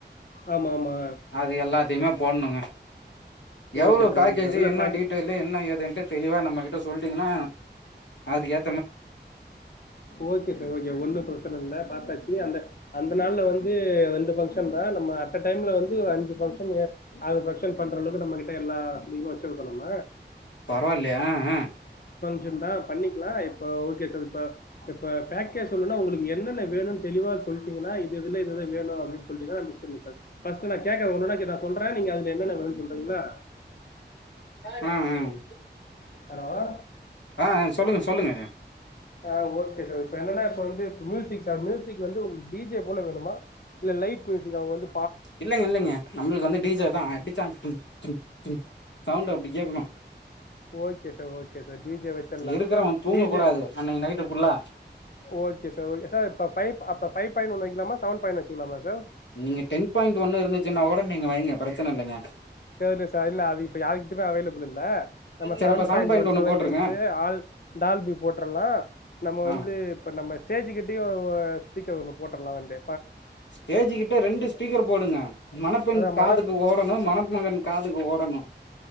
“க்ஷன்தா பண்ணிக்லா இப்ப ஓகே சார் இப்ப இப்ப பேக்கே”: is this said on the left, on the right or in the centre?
Left